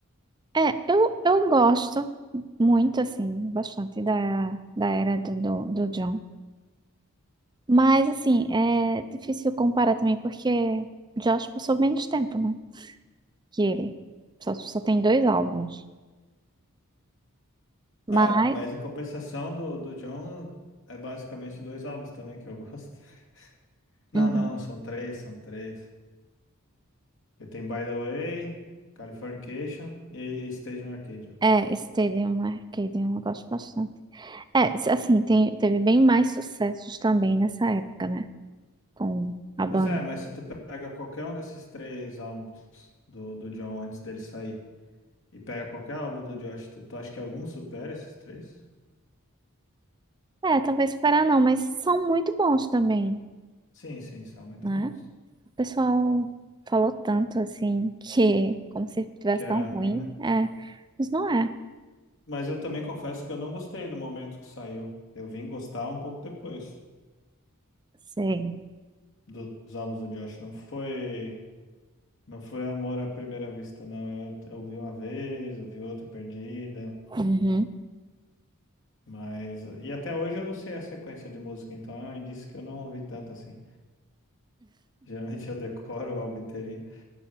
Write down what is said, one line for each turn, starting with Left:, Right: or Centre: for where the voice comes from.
Right: É, eu, eu gosto muito, assim, bastante da, da era do, do, do John. Mas, assim, é difícil comparar também porque Josh passou menos tempo, né? Que ele. Só, só tem dois álbuns. Mas,
Left: É, mas em compensação do, do John, é basicamente dois álbuns também que eu gosto. <laughs> Não,
Right: uhum.
Left: não, são três, são três. Porque tem By the Way, Californication e Stadium Arcadium.
Right: É, é Stadium Arcadium, eu gosto bastante. É, s- assim, tem- teve bem mais sucessos também nessa época, né? Com a banda.
Left: Pois é, mas se tu pega qualquer um desses três álbuns do, do John antes dele sair. E pega qualquer álbum do Josh. Tu, tu acha que algum supera esses três?
Right: É, talvez Pará não, mas são muito bons também,
Left: Sim, sim, são muito
Right: né?
Left: bons.
Right: O pessoal falou tanto, assim, <laughs> que como se tivesse
Left: Que era
Right: tão
Left: ruim,
Right: ruim.
Left: né?
Right: É, mas não é.
Left: Mas eu também confesso que eu não gostei no momento que saiu. Eu vim gostar um pouco depois
Right: Sei.
Left: do- dos álbuns do Josh. Não foi, não foi amor à primeira vista, não. Eu, eu vi uma vez, eu vi outra perdida.
Right: Uhum.
Left: Mas. E até hoje eu não sei a sequência de música, então é um indício que eu não ouvi tanto assim. <laughs> Geralmente eu decoro o álbum inteirinho.